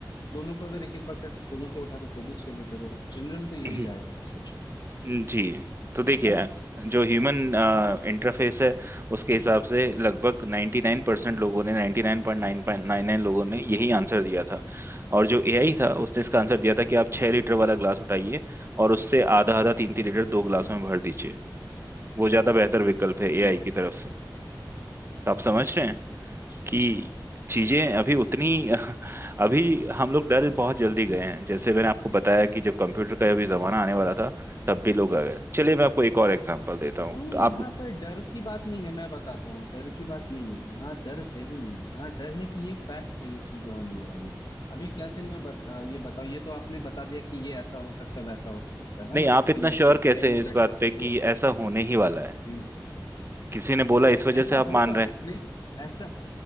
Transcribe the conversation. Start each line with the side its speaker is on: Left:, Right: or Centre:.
Left: दोनों को अगर एक एक बकेट दोनों से उठाते तो भी छह लीटर होगा जनरल तो यही
Right: हम्म
Left: जाएगा
Right: <clears throat>
Left: परसेप्शन
Right: जी तो देखिए
Left: है ना
Right: जो ह्यूमन
Left: हाँ,
Right: इंटरफेस है उसके हिसाब से लगभग 99%
Left: हम्म,
Right: परसेंट लोगों ने 99.999 लोगों ने यही आंसर दिया था और जो एआई था उसने इसका आंसर दिया था कि आप छः लीटर वाला ग्लास उठाइए और उससे आधा आधा तीन तीन लीटर दो ग्लास में भर दीजिए वो ज़्यादा बेहतर विकल्प है एआई
Left: हम्म
Right: की तरफ से तो आप समझ रहे
Left: अच्छा
Right: कि चीजें अभी उतनी <laughs> अभी हम लोग डर बहुत जल्दी गए हैं जैसे मैंने आपको बताया कि जब कंप्यूटर का अभी जमाना आने वाला था तब भी लोग आ गए चलिए मैं आपको एक और एग्जांपल देता हूँ
Left: नहीं
Right: तो आप
Left: यहाँ पे डर की बात नहीं है मैं बताता हूँ डर की बात नहीं है यहाँ डर है ही नहीं यहाँ डर है कि ये फैक्ट है ये चीजें होने वाली है अभी कैसे मैं बत, अ, ये बताऊँ ये तो आपने बता दिया कि ये ऐसा हो सकता है वैसा हो सकता है है
Right: नहीं
Left: ना
Right: आप इतना
Left: कि ऐसे
Right: श्योर कैसे
Left: एआई
Right: हैं
Left: ने
Right: इस
Left: बेटर
Right: बात
Left: कर
Right: पे कि
Left: दिया
Right: ऐसा होने ही वाला है
Left: हम्म
Right: किसी ने बोला इस वजह
Left: ऐसा
Right: से आप
Left: होगा
Right: मान रहे हैं
Left: रिप्लेस ऐसा